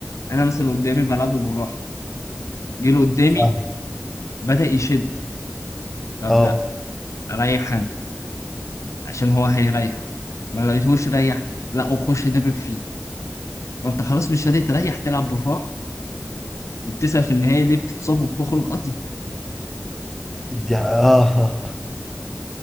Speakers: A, on the left (about 85°); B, in the centre.
A: انا مثلا قدامي بلعبه بالراحه جه له قدامي
B: فاهم
A: بدأ يشد طب
B: اه
A: لا ريح انا عشان هو هيريح ما لقيتهوش ريح لا وخش دبب فيه ما انت خلاص مش راضي تريح تلعب بالراحه وبتسأل في النهايه ليه بتتصاب وبتخرج قضية
B: دي ح- اه <laughs>